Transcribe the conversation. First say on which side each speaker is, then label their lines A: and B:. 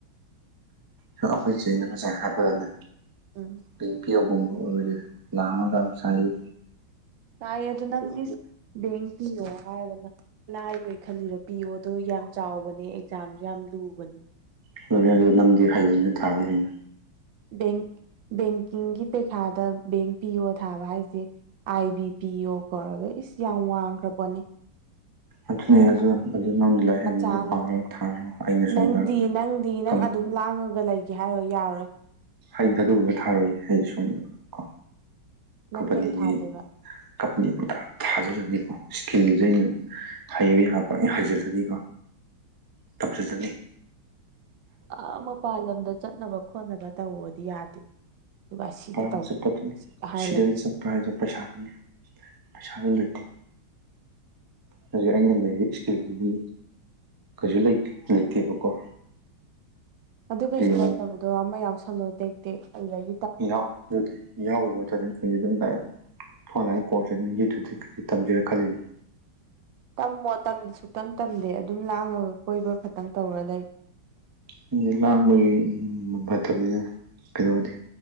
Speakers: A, on the right; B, on the right.
A: ꯑꯗꯣ ꯑꯩꯈꯣꯏ ꯆꯦꯅ ꯉꯁꯥꯏ ꯍꯥꯄꯗꯅꯦ
B: ꯎꯝ
A: ꯕꯦꯟꯛ ꯄꯤ ꯑꯣ ꯒꯨꯝꯕ ꯑꯣꯏꯔꯗꯤ ꯂꯥꯛ ꯑꯃꯥ ꯑꯗꯥꯏ ꯆꯥꯏꯌꯦ
B: ꯆꯥꯏꯌꯦ ꯑꯗꯨ ꯅꯪ ꯏꯁ ꯕꯦꯟꯀ ꯄꯤ ꯑꯣ ꯍꯥꯏꯔꯒ ꯂꯥꯏꯕꯣꯏ ꯈꯜꯂꯤꯔꯣ ꯄꯤ ꯑꯣ ꯗꯣ ꯌꯥꯝ ꯆꯥꯎꯕꯅꯦ ꯑꯦꯛꯖꯥꯝꯁꯨ ꯌꯥꯝ ꯂꯨꯕꯅꯦ
A: ꯑꯗꯨꯅꯦ ꯑꯗꯣ ꯅꯪꯗꯤ ꯍꯩꯕꯅꯤꯅꯥ ꯊꯥꯕ ꯌꯥꯏꯅ
B: ꯕꯦꯟꯛ ꯕꯦꯟꯛꯀꯤꯡꯒꯤ ꯄꯩꯈꯥꯗ ꯕꯦꯟꯛ ꯄꯤ ꯑꯣ ꯊꯥꯕ ꯍꯥꯏꯁꯦ ꯑꯥꯏ ꯕꯤ ꯄꯤ ꯑꯣ ꯀꯧꯔꯒ ꯏꯁ ꯌꯥꯝ ꯋꯥꯡꯈ꯭ꯔ ꯄꯣꯠꯅꯤ
A: ꯑꯗꯨꯅꯤ ꯑꯗꯨ ꯑꯗꯨ ꯅꯪꯗꯤ ꯂꯥꯏꯔꯤꯛ ꯍꯩꯕꯅꯤꯅꯥ
B: ꯃꯆꯥ
A: ꯄꯥꯔꯥ
B: ꯅꯠꯇꯦ
A: ꯊꯥꯔꯣ ꯑꯩꯅ
B: ꯅꯪꯗꯤ
A: ꯁꯣꯝꯗ
B: ꯅꯪꯗꯤ ꯅꯪ
A: ꯀꯝ
B: ꯑꯗꯨꯝ ꯂꯥꯡꯉꯒ ꯂꯩꯒꯦ ꯍꯥꯏꯔꯣ ꯌꯥꯔꯣꯏ
A: ꯑꯩꯗꯤ ꯑꯗꯨꯒꯝꯕ ꯊꯥꯔꯣꯏ ꯑꯩ ꯁꯨꯝ ꯀꯣ ꯀꯝꯄꯅꯤꯒꯤ
B: ꯅꯪ ꯀꯩ ꯊꯥꯗꯣꯏꯕ
A: ꯀꯝꯄꯅꯤ <unintelligible> ꯊꯥꯖꯜꯂꯅꯤꯀꯣ ꯏꯁꯀꯤꯜꯁꯦ ꯑꯩꯅ ꯍꯩꯕ ꯌꯥꯕ ꯄꯥꯪꯍꯩ ꯍꯩꯖꯜꯂꯅꯤꯀꯣ ꯇꯝꯖꯜꯂꯅꯤ
B: ꯑ ꯃꯄꯥꯥꯟ ꯂꯝꯗ ꯆꯠꯅꯕ ꯈꯣꯠꯅꯕ ꯇꯧꯑꯦꯗꯤ ꯌꯥꯗꯦ ꯑꯗꯨꯒ ꯑꯁꯤꯗ
A: ꯃꯄꯥꯜ ꯂꯝ
B: ꯇꯧ
A: ꯆꯠꯄꯗꯨꯅ
B: ꯁꯤꯗ ꯍꯥꯏ
A: ꯁꯤꯗꯒꯤ
B: ꯂꯩ
A: ꯆꯠꯄ ꯍꯥꯏꯗꯨ ꯄꯩꯁꯥꯅꯤꯅꯦ ꯄꯩꯁꯥꯗꯨ ꯂꯩꯇꯦ ꯍꯧꯖꯤꯛ ꯑꯩꯅ ꯂꯩꯔꯤ ꯏꯁꯀꯤꯜꯗꯨꯗꯤ ꯀꯩꯁꯨ ꯂꯩꯇꯦ ꯂꯩꯇꯦꯕꯀꯣ
B: ꯑꯗꯨ ꯀꯩꯁꯨ
A: ꯌꯦꯡꯉꯣ
B: ꯂꯩꯇꯕꯗꯣ ꯑꯃ ꯌꯥꯎꯁꯜꯂꯣ ꯇꯦꯛ ꯇꯦꯛ ꯑꯗꯨꯗꯩꯩ
A: ꯌꯥꯎ ꯌꯥꯎꯕꯩ ꯃꯍꯨꯠꯇꯥ ꯑꯗꯨꯝ ꯑꯩ ꯑꯗꯨꯝ ꯂꯥꯛꯑ ꯑꯣꯟꯂꯥꯏꯟ ꯀꯣꯔꯁ ꯑꯗꯨ ꯌꯨꯇꯨꯕꯇꯒꯤ ꯈꯖꯤꯛ ꯇꯝꯁꯤꯔ ꯈꯜꯂꯤꯅꯤ
B: ꯇꯝꯃꯣ ꯇꯝꯗꯤ ꯁꯨꯛꯇꯝ ꯇꯝꯗꯦ ꯑꯗꯨꯝ ꯂꯥꯡꯉꯒ ꯀꯣꯏꯕ ꯈꯛꯇꯪ ꯇꯧꯔ ꯂꯩ
A: ꯍꯧꯖꯤꯛ ꯇꯤ ꯂꯥꯡꯕꯒꯤ ꯃꯇꯝꯅꯤꯅ ꯀꯩꯗꯧꯔꯨꯅꯤ